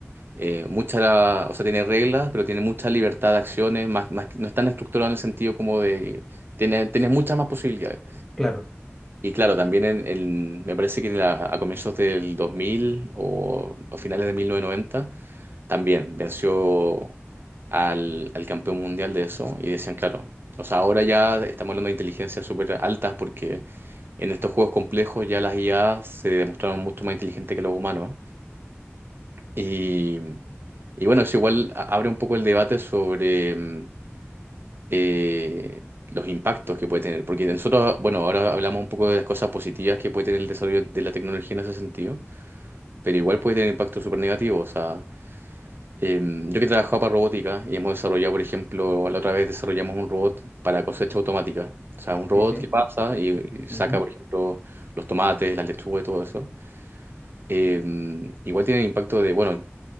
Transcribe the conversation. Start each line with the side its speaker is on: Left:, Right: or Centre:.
Right: eh, mucha, o sea, tiene reglas, pero tiene mucha libertad de acciones, más, más, no es tan estructurado en el sentido como de, tiene, tiene muchas más posibilidades.
Centre: claro,
Right: Y claro, también en, en- me parece que en la- a comienzos del 2000 o, o finales de 1990, también venció al, al campeón mundial de eso y decían, claro, o sea, ahora ya estamos hablando de inteligencias súper altas porque en estos juegos complejos ya las IA se demostraron mucho más inteligentes que los humanos. Y, y bueno, eso igual a- abre un poco el debate sobre mm, eh, los impactos que puede tener, porque nosotros, bueno, ahora hablamos un poco de las cosas positivas que puede tener el desarrollo de la tecnología en ese sentido, pero igual puede tener impactos súper negativos. O sea, em, yo que he trabajado para robótica y hemos desarrollado, por ejemplo, la otra vez desarrollamos un robot para cosecha automática. O sea, un robot
Centre: sí, sí.
Right: que pasa y, y saca,
Centre: ujú.
Right: por ejemplo, los tomates, las lechugas y todo eso. Em, igual tiene impacto de, bueno,